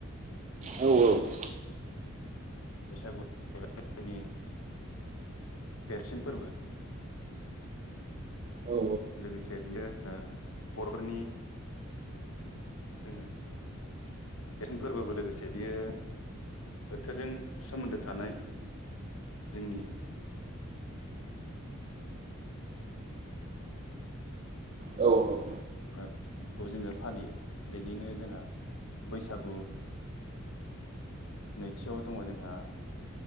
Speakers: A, on the right; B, on the left.
A: औ औ।
B: बैसागुनि देरसिन फोरबो
A: हागोन औ
B: लोगोसे बियो बर'फोरनि जोङो देरसिन फोरबोबो लोगोसे बियो बोथोरजों सोमोन्दो थानाय जोंनि
A: औ औ।
B: ओ खौ जोङो फालियो बेनिनो जोंहा बैसागु नैथियाव दङ जोंहा